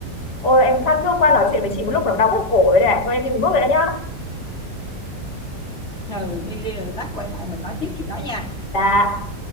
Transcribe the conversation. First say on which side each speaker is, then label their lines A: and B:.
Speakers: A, on the left (about 65°); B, on the left (about 40°).
A: ôi em khát
B: ừ.
A: nước qua nói chuyện với chị một lúc nó đau hết cổ rồi này thôi em đi uống nước rồi đấy nhá
B: ừ đi đi rồi lát quay lại mình nói tiếp chị nói nha
A: dạ